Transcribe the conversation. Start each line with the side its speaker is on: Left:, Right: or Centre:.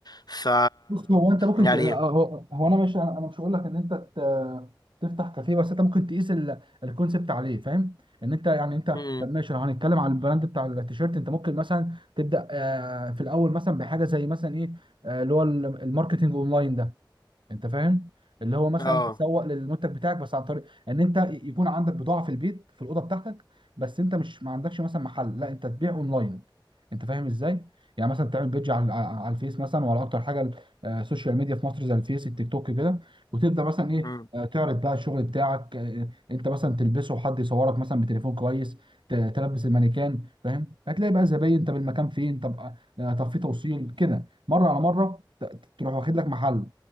Left: ف
Right: بص هو انت ممكن
Left: يعني
Right: ت... آه، هو هو انا مش انا أنا مش هقول لك ان انت ت... تفتح كافيه بس انت ممكن تقيس ال... الكونسبت عليه فاهم ان انت يعني انت
Left: امم
Right: طب ماشي لو هنتكلم على البراند بتاع التيشيرت انت ممكن مثلا تبدا آه، في الاول مثلا بحاجه زي مثلا ايه آه، اللي هو ال- الماركتينج اونلاين ده انت فاهم اللي هو مثلا
Left: اه
Right: تسوق للمنتج بتاعك بس عن طريق ان انت يكون عندك بضاعه في البيت في الاوضه بتاعتك بس انت مش ما عندكش مثلا محل لا انت تبيع اونلاين انت فاهم ازاي يعني مثلا تعمل بيدج على على الفيس مثلا وعلى اكتر حاجه ال- آه، السوشيال ميديا في مصر زي الفيس التيك توك كده وتبدا مثلا ايه
Left: امم
Right: آه، تعرض بقى الشغل بتاعك آه، انت مثلا تلبسه وحد يصورك مثلا بتليفون كويس ت- تلبس المانيكان فاهم هتلاقي بقى زباين طب المكان فين طب آه، طب في توصيل كده مره على مره ت- تروح واخد لك محل